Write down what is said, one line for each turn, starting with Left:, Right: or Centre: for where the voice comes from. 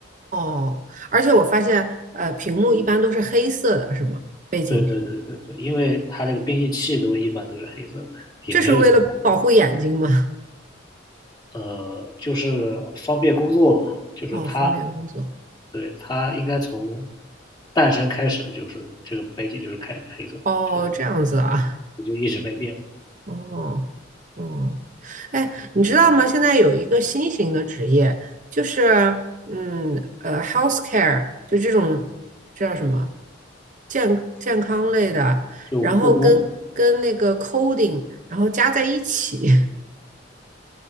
Right: 哦，而且我发现呃屏幕一般都是黑色的，是吗？背景屏，
Left: 对对对对对，因为它这个编译器都一般都是黑色的，也没有其他的
Right: 这是为了保护眼睛吗？
Left: 呃，就是方便工作吧，
Right: <laughs>
Left: 就是它
Right: 哦，方便工作。
Left: 对，它应该从诞生开始就是这个背景就是开黑色的，
Right: 哦，
Left: 就是
Right: 这样子啊。
Left: 我就一直没变过。
Right: 哦。嗯，哎，你知道吗？现在有一个新型的职业，就是嗯呃，healthcare，就这种这叫什么健健康类的，
Left: 就故宫
Right: 然后跟跟那个 coding，然后加在一起，<laughs>